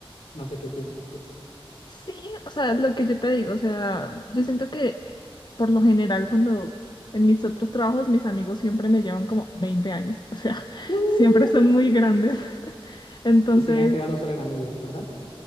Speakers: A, on the left; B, on the left.
A: No sé qué pienses tú.
B: Sí, o sea, lo que yo te digo, o sea, yo siento que por lo general cuando en mis otros trabajos mis amigos siempre me llevan como 20 años, o sea, <laughs>
A: ¡Uh!
B: siempre son muy grandes. <laughs> Entonces,
A: Y se han quedado solo en amigos, ¿verdad?